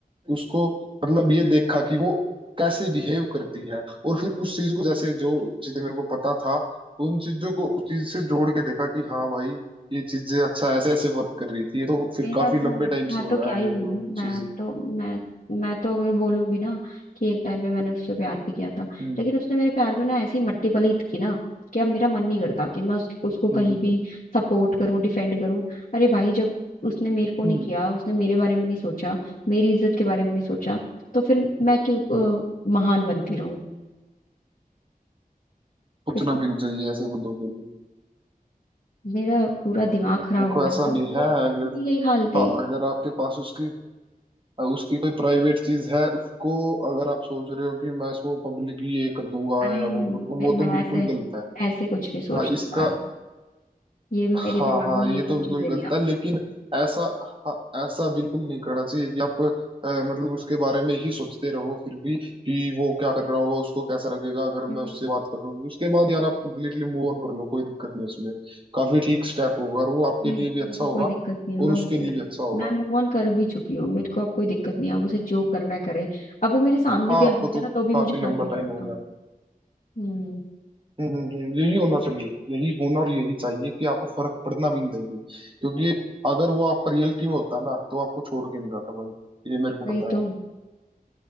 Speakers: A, on the right; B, on the left.
A: उसको मतलब ये देखा कि वो कैसे बिहेव करती है और फिर उस चीज को जैसे जो चीजें मेरे को पता था उन चीजों को उस चीज से जोड़ के देखा कि हाँ भाई ये चीजें अच्छा ऐसे ऐसे वर्क कर रही थी ये तो फिर
B: मेरा
A: काफी
B: तो
A: लंबे टाइम
B: मैं
A: से हो
B: तो
A: रहा
B: क्या
A: है
B: ही
A: ये
B: बोलूं
A: तो
B: मैं
A: चीज
B: तो मैं मैं तो अगर बोलूंगी ना कि एक टाइम पे मैंने उससे प्यार भी किया था
A: हम्म
B: लेकिन उसने मेरे प्यार पे ना ऐसी मट्टी पलीत की ना कि अब मेरा मन नहीं करता कि मैं उसकी उसको
A: हम्म
B: कहीं
A: हम्म,
B: भी
A: हम्म।
B: सपोर्ट करूं डिफेंड करूं अरे भाई जब उसने मेरे को नहीं
A: हम्म,
B: किया उसने मेरे बारे में नहीं सोचा मेरी इज्जत के बारे में नहीं सोचा तो फिर मैं क्यों अ, महान बनती रहूं
A: सोचना
B: इसलिए
A: भी नहीं चाहिए ऐसे बंदों के लिए
B: मेरा पूरा दिमाग खराब
A: देखो
B: हो गया
A: ऐसा
B: था
A: नहीं
B: वो
A: है
B: उसकी
A: अगर
B: भी यही हाल थी
A: हाँ अगर आपके पास उसकी उसकी कोई प्राइवेट चीज है उसको अगर आप सोच रहे हो कि मैं इसको पब्लिकली ये कर दूंगा
B: अरे
A: या वो कर दूंगा
B: मैं
A: वो
B: मैं
A: तो बिल्कुल
B: ऐसे
A: गलत है
B: ऐसे कुछ नहीं सोचती
A: हाँ इसका
B: यार। ये मेरे
A: हाँ
B: दिमाग
A: हाँ
B: में ये
A: ये
B: सब
A: तो बिल्कुल
B: चीजें
A: गलत
B: नहीं आती
A: है लेकिन ऐसा हाँ ऐसा बिल्कुल नहीं करना चाहिए कि आप अ, मतलब उसके बारे में ही सोचते रहो फिर भी कि वो क्या कर रहा होगा उसको कैसा लगेगा अगर
B: हम्म,
A: मैं उससे बात कर लूंगी उसके बाद यार आप कंप्लीटली मूव ऑन कर लो कोई दिक्कत नहीं है उसमें काफी ठीक स्टेप होगा और वो आपके
B: अरे
A: लिए
B: मेरे
A: भी अच्छा
B: को
A: होगा
B: कोई दिक्कत नहीं है मैं
A: और उसके
B: move-
A: लिए भी अच्छा होगा
B: मैं मूव ऑन कर भी चुकी हूँ मेरे को अब कोई दिक्कत नहीं है अब उसे जो करना है करे अब वो मेरे सामने
A: हाँ
B: भी आ
A: आपको
B: जाता
A: तो
B: है ना तो भी
A: काफी
B: मुझे फर्क
A: लंबा
B: नहीं
A: टाइम
B: पड़ता
A: हो गया
B: हम्म,
A: हम्म हम्म, हम्म, यही होना चाहिए यही होना और यही चाहिए कि आपको फर्क पड़ना भी नहीं चाहिए क्योंकि अगर वो आपका रियलिटी में होता ना तो आपको छोड़ के नहीं जाता भाई ये मेरे को
B: वही
A: पता
B: तो
A: है